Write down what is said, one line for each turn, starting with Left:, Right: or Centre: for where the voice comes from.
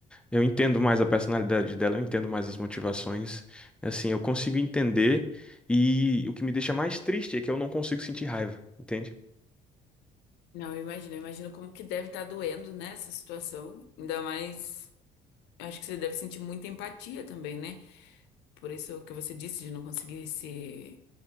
Centre: eu entendo mais a personalidade dela, eu entendo mais as motivações, assim, eu consigo entender e o que me deixa mais triste é que eu não consigo sentir raiva, entende?
Left: Não, eu imagino, eu imagino como que deve estar doendo, né, essa situação. Ainda mais, eu acho que você deve sentir muita empatia também, né? Por isso que você disse de não conseguir se